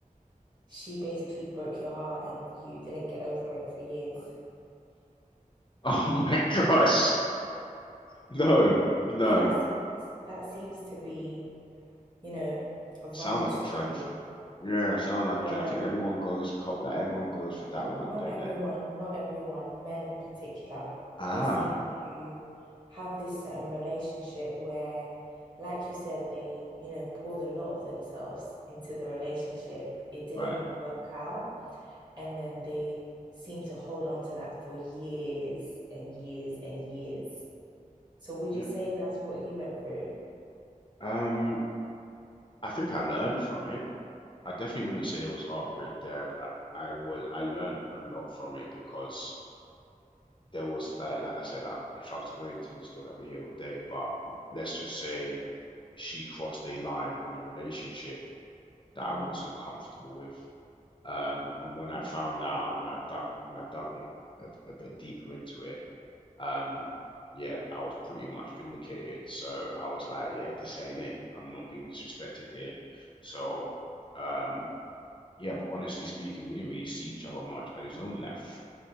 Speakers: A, on the right; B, on the left.
A: she basically broke your heart and you didn't get over it for years?
B: <laughs> Oh my gosh. No, no.
A: Because that seems that seems to be you know, a running
B: Sound like
A: story.
B: a trend. Yeah, sounds like
A: Yeah,
B: a trend. I think everyone goes co- like everyone goes for that one,
A: not
B: don't
A: everyone,
B: they?
A: not everyone, men in particular,
B: Ah,
A: they seem to have this certain relationship where, like you said, they, you know, poured a lot of themselves into the relationship. It didn't
B: right.
A: work out. And then they seem to hold on to that for years and years and years. So would
B: Yeah.
A: you say that's what you went through?
B: Um, I think I learned from it. I definitely wouldn't say there was heartbreak there. I, I was I learned a lot from it because there was like like I said, I, if I was to go into the story, I'd be here all day. But let's just say she crossed a line in a relationship
A: Mm,
B: that I wasn't comfortable with. Um, and when
A: okay.
B: I found out and when I dug when I dug it a, a bit deeper into it. Um, yeah, I was pretty much vindicated. So I was like, yeah, this ain't it. I'm not being disrespected here. So, um, yeah, but honestly speaking, we didn't really see each other much. And it was only like f-